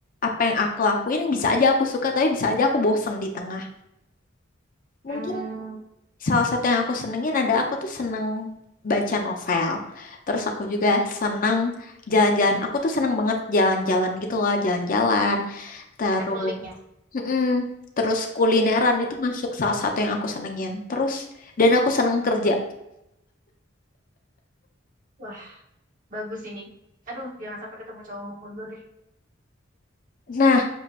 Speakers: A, on the left; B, on the right.
A: apa yang aku lakuin bisa aja aku suka, tapi bisa aja aku bosen di tengah.
B: Hmm,
A: Mungkin salah satu yang aku senengin ada aku tuh seneng baca novel. Terus aku juga seneng jalan-jalan. Aku tuh seneng banget jalan-jalan gitu loh, jalan-jalan. Terus,
B: traveling ya?
A: Mm-mm. terus kulineran
B: Oh.
A: itu masuk salah satu yang aku senengin. Terus, dan aku seneng kerja.
B: Wah, bagus ini. Aduh, jangan sampai ketemu cowok Mukundo deh.
A: Nah,